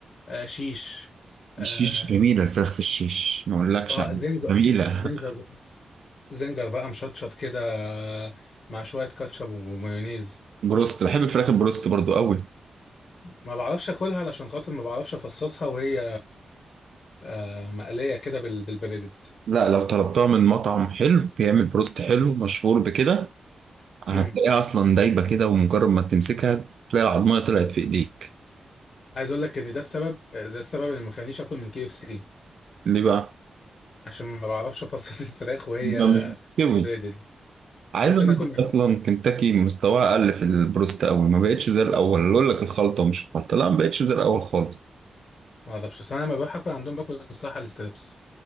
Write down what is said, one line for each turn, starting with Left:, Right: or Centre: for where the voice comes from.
Left: آه شيش اه
Right: الشيش جميله الفراخ في الشيش ما اقولكش
Left: آه،
Right: عليها.
Left: زنجر
Right: جميله
Left: زنجر زنجر بقى مشطشط كده آه، مع شوية كاتشب ومايونيز
Right: بروست بحب الفراخ البروست برضو قوي
Left: ما بعرفش اكلها علشان خاطر ما بعرفش افصصها وهي آه مقلية كده بال- بالبريدد
Right: لا لو طلبتها من مطعم حلو بيعمل بروست حلو
Left: مم.
Right: مشهور بكده هتلاقيها
Left: مم.
Right: اصلا دايبه كده ومجرد ما تمسكها تلاقي العضميه طلعت في ايديك
Left: عايز اقول لك ان ده السبب ده السبب اللي مخلينيش اكل من كي اف سي
Right: ليه بقى
Left: عشان ما بعرفش افصص <laughs> الفراخ وهي
Right: يبقى مش مستوي
Left: بريدد
Right: عايز
Left: ممكن
Right: اقول
Left: اكل
Right: لك اصلا كنتاكي مستواها اقل في البروست قوي ما بقتش زي الاول اللي اقول لك الخلطه مش الخلطه لا ما بقتش زي الاول خالص
Left: ما اعرفش بس انا لما بروح اكل عندهم باكل الصراحه الاستريبس